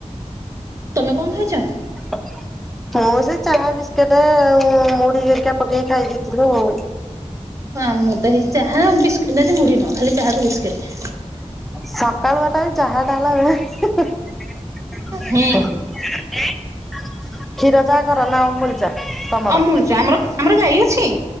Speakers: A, on the right (about 25°); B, in the centre.
A: ତମେ କଁ ଖାଇଚ?
B: <unintelligible> ମୁଁ ସେଇ ଚା ବିସ୍କେଟେ ଆଉ ମୁଢ଼ି ହେରିକା ପକେଇ ଖାଇ ଦେଇଥିଲୁ ଆଉ।
A: ହଁ ମୁଁ ତୋ ହେଇ ଚାହା ଆଉ ବିସ୍ ଦେ ଆଜି ମୁଢ଼ି ନୁହଁ ଖାଲି ଚାହାକୁ ବିସ୍କିଟି।
B: ସକାଳୁଆ ତମେ ଚାହା ତାହାଲା କ୍ଷୀର
A: ହୁଁ
B: ଚାହା କର ନାଁ ଅମୁଲ ଚା? ତମର?
A: ଅମୁଲ ଚା ଆମର। ଆମର ଗାଈ ଅଛି